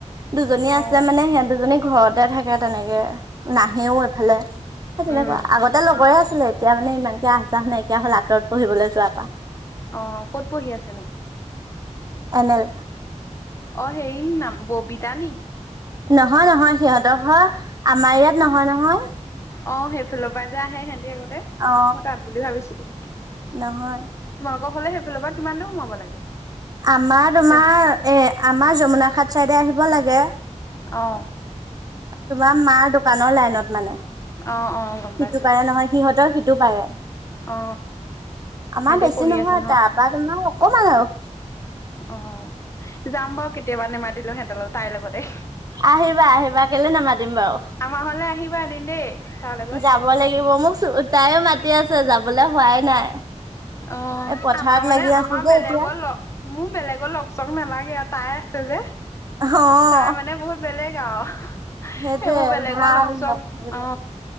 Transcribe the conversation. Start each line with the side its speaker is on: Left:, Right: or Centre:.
Right: দুজনী
Left: অ
Right: আছে মানে সিহঁত দুজনী ঘৰত তে থাকে তেনেকে নাহেও এইফালে সেই তেনেকুৱা
Left: উম
Right: আগত তে লগৰে আছিলে এতিয়া মানে ইমানকে আহ যাহ নাইকিয়া হল আঁতৰত পঢ়িবলৈ যোৱাৰ পা।
Left: অ, ক'ত পঢ়ি আছেনো?
Right: এনেল
Left: অ, হেইৰ ন নাম ববিতা নি?
Right: নহয়- নহয় সিহঁতৰ হয় আমাৰ ইয়াত নহয়- নহয়।
Left: অ, সেইফালৰ পৰা যে আহে সিহঁতি আগতে
Right: অ
Left: মই তাত বুলি ভাবিছিলোঁ। তোমালোকৰ
Right: নহয়
Left: ফালে সেইফালৰ পৰা কিমান দূৰ সোমাব লাগে?
Right: আমাৰ তোমাৰ
Left: চে
Right: এ আমাৰ যমুনা খাট চাইডে আহিব লাগে
Left: অ',
Right: তোমাৰ মা দোকানৰ লাইনত মানে?
Left: অ অ গম
Right: সিটো
Left: পাইছো
Right: পাৰে নহয় সিহঁতৰ সিটো পাৰে।
Left: অ
Right: আমাৰ
Left: সিহঁতি
Right: বেছি
Left: পঢ়ি
Right: নহয়
Left: আছে
Right: তাপা তোমাৰ অকমান আওঁ।
Left: অ, যাম বাৰু কেতিয়াবা নেমাতিলেওঁ সিহঁতৰ লগত তাইৰ লগতে,।
Right: আহিবা -আহিবা কেলে নামাতিম বাও
Left: আমাৰ ঘৰলে আহিবা এদিন দেই? তাৰ লগত
Right: যাব লাগিব মোক তাইও মাতি আছে যাবলে হোৱাই নাই।
Left: অ,
Right: এই পথাৰত
Left: আমাৰ মানে
Right: লাগি আছো
Left: আমাৰ
Right: যে
Left: বেলেগৰ
Right: এতিয়া
Left: লগ মোৰ বেলেগৰ লগ চগ নেলাগে আৰু তাই আছে যে।
Right: অ'
Left: তাৰ মানে বহুত বেলেগ আও।
Right: সেইটোৱে
Left: সেইবোৰ বেলেগৰ
Right: ভাল
Left: লগ চক
Right: থাকিলে।
Left: অ,